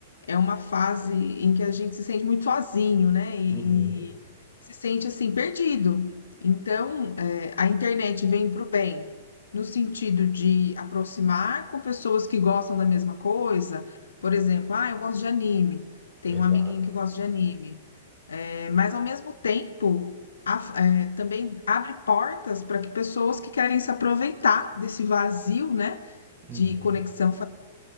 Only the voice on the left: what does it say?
é uma fase em que a gente se sente muito sozinho, né? E,
e se sente assim, perdido. Então, eh, a internet vem para o bem, no sentido de aproximar com pessoas que gostam da mesma coisa. Por exemplo, ah, eu gosto de anime. Tem
um amiguinho que gosta de anime. É, mas ao mesmo tempo af- é, também abre portas para que pessoas que querem se aproveitar desse vazio, né,
de conexão